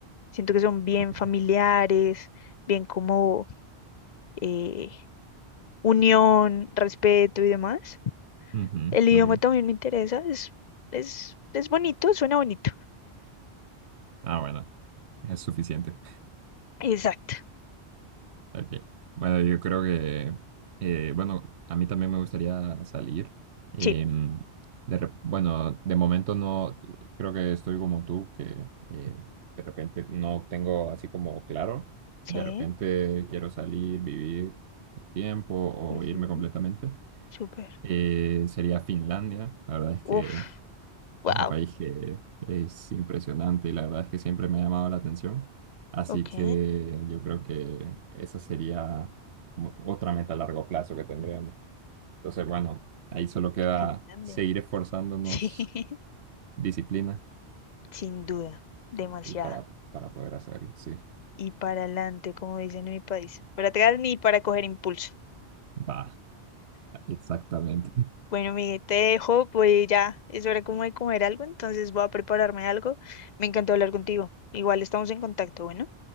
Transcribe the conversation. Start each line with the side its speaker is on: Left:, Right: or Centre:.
Left: Siento que son bien
Right: Ok.
Left: familiares, bien como eh, unión, respeto y demás.
Right: Ujú,
Left: El idioma
Right: ok.
Left: también me interesa, es, es, es bonito, suena bonito.
Right: Ah, bueno. Es suficiente.
Left: Exacto.
Right: Ok. Bueno, yo creo que, eh, bueno, a mí también me gustaría salir. Em,
Left: Sí,
Right: de rep- bueno, de momento no, creo que estoy como tú, que eh, de repente no tengo así como claro.
Left: sí.
Right: De repente quiero salir, vivir tiempo o
Left: ujú,
Right: irme completamente.
Left: Súper.
Right: Eh, sería Finlandia. La verdad es
Left: Uf,
Right: que...
Left: wow.
Right: Es un país que es impresionante y la verdad es que siempre me ha llamado la atención. Así
Left: Ok,
Right: que yo creo que esa sería mo- otra meta a largo plazo que tendríamos. Entonces, bueno, ahí solo queda
Left: Finlandia.
Right: seguir esforzándonos,
Left: Sí,
Right: disciplina
Left: <laughs> sin duda, demasiado.
Right: y para, para poder hacerlo, sí.
Left: y para adelante, como dicen en mi país. Para atrás ni para coger impulso.
Right: Va, exactamente. <laughs>
Left: Bueno, Miguel, te dejo, pues ya es hora como de comer algo, entonces voy a prepararme algo. Me encantó hablar contigo. Igual estamos en contacto, bueno.